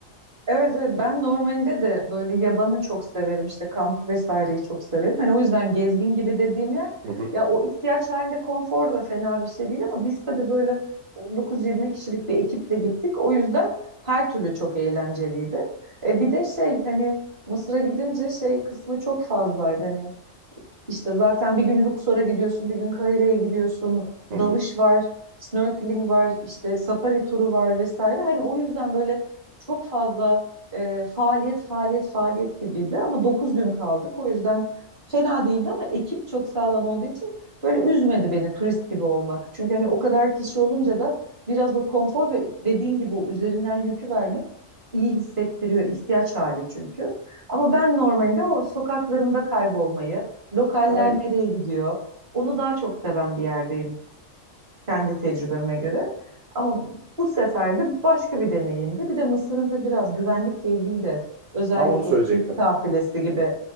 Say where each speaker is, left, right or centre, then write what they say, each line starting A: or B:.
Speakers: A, on the right; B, on the right.
A: Evet evet ben normalinde de böyle yabanı çok severim işte kampı vesaireyi çok severim. Hani o yüzden gezgin gibi dediğim yer
B: Hı hı,
A: ya o ihtiyaç halinde konfor da fena bir şey değil ama biz tabii böyle 19-20 kişilik bir ekiple gittik. O yüzden her türlü çok eğlenceliydi. E bir de şey hani Mısır'a gidince şey kısmı çok fazlaydı hani işte zaten bir gün Luxor'a gidiyorsun, bir gün Kahire'ye gidiyorsun.
B: hı hı.
A: Dalış var, snorkeling var, işte safari turu var vesaire. Hani o yüzden böyle çok fazla e, faaliyet, faaliyet, faaliyet gibiydi. Ama dokuz gün kaldık. O yüzden fena değildi ama ekip çok sağlam olduğu için böyle üzmedi beni turist gibi olmak. Çünkü hani o kadar kişi olunca da biraz o konfor ve dediğin gibi o üzerinden yükü vermek iyi hissettiriyor, ihtiyaç hali çünkü. Ama ben normalinde o sokaklarında kaybolmayı, Lokaller
B: Aynen.
A: nereye gidiyor? Onu daha çok seven bir yerdeyim kendi tecrübeme
B: E,
A: göre. Ama bu sefer de başka bir deneyimdi. Bir de Mısır'ın tabii biraz güvenlikle ilgili de özellikle
B: Tam onu söyleyecektim.
A: o turist kafilesi gibi